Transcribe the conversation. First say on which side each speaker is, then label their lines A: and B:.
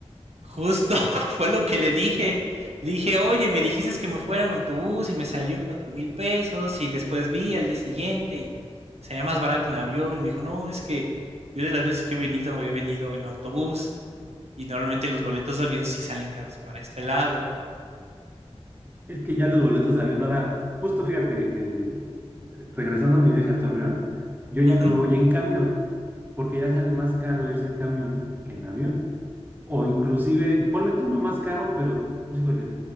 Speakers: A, on the right (about 70°); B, on the right (about 15°).
A: Justo <laughs> fue lo que le dije. Dije, oye, me dijiste que me fuera en autobús y me salió en cuatro mil pesos y después vi al día siguiente y me salía más barato en avión y me dijo, no, es que yo de las veces que he venido he venido en autobús y normalmente los boletos de avión sí salen caros para este lado.
B: Es que ya los boletos de avión ahora, justo fíjate, eh, regresando a mi viaje a Torreón, yo ya
A: Ujú,
B: no me voy en camión porque ya sale más caro irse en camión que en avión. O inclusive, ponle tú no más caro, pero, pues híjole,